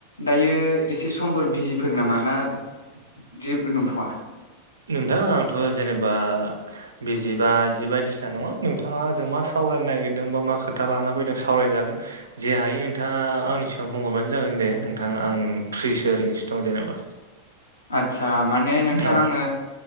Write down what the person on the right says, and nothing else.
नोंथां आंथ' जेनेबा बिजिबा बिदि बायदिसिना नङा नोंथाङा आंजों मा सावरायनो नागिरदों बा मा खोथा लाना फैदों सावरायजागोन। जे हायो नोंथाङा आंनि सों बुंहरबानो जागोन दे नोंथां आं फ्रिसो ओरैनोसो दं जेनेबा।
औ